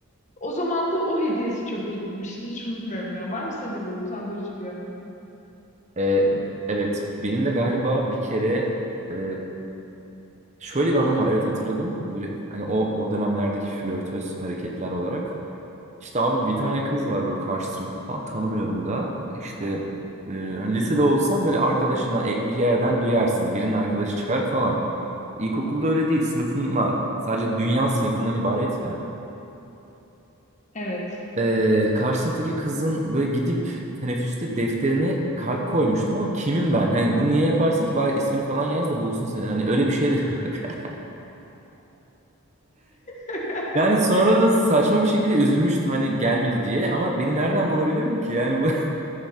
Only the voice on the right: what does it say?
E, evet benim de galiba bir kere e, şöyle bir anım var evet hatırladım. Böyle hani o, o dönemlerdeki flörtöz hareketler olarak. İşte abi bir tane kız var böyle karşı sınıfta falan tanımıyorum da işte e, hani lisede olsan böyle arkadaşından e, bir yerden duyarsın birinin arkadaşı çıkar falan. İlkokulda öyle değil sınıfınla sadece dünya sınıfından ibaret ya.
E, karşı sınıftaki kızın böyle gidip teneffüste defterine kalp koymuştum ama kimim ben? Hani bunu niye yaparsın ki bari ismini falan yaz da bulsun seni. Hani öyle bir şey de yok. <laughs>
Yani sonra da saçma bir şekilde üzülmüştüm hani gelmedi diye ama beni nereden bulabilirdi ki yani bu. <laughs>